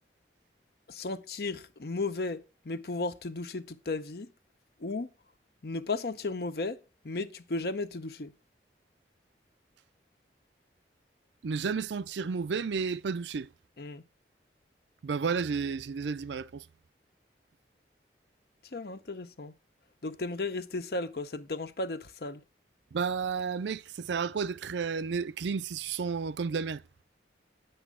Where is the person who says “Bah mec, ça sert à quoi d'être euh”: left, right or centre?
Right